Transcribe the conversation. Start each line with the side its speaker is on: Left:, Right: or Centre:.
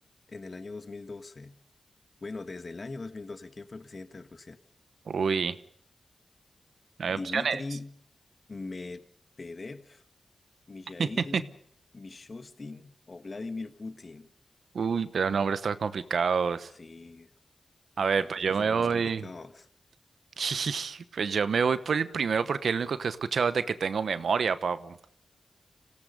Left: en el año 2012? Bueno, desde el año 2012, ¿quién fue el presidente de Rusia?
Right: Uy, no hay
Left: ¿Dmitry
Right: opciones.
Left: Medvedev, Mijail
Right: <laughs>
Left: Mishustin o Vladimir Putin?
Right: Uy, pero nombres todos complicados.
Left: Sí,
Right: A ver,
Left: Los
Right: pues
Left: rusos
Right: yo me
Left: tienen nombres
Right: voy.
Left: complicados.
Right: <laughs> Pues yo me voy por el primero porque es el único que he escuchado de que tengo memoria, papu.